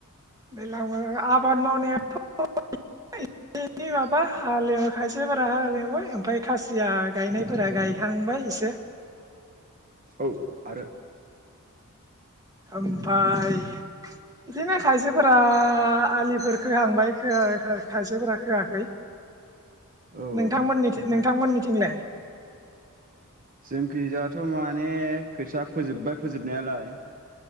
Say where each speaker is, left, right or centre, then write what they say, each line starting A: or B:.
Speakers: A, on the right; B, on the right.
A: दैलांआव आबाद मावनाया थ' <unintelligible> माबा हालेव खायसेफोरा हालेवबाय ओमफ्राय खासिया गायनायफोरा गायखांबाय एसे।
B: औ आरो
A: ओमफाय बिदिनो खायसेफोरा आलिफोर खोहांबाय खा-खायसेफोरा खोआखै।
B: औ
A: नोंथांमोननिथि
B: औ नोंथां
A: नोंथांमोननिथिंलाय?
B: जोंखिजाथ' माने खोथिया फोजोब्बाय फोजोबनायालाय।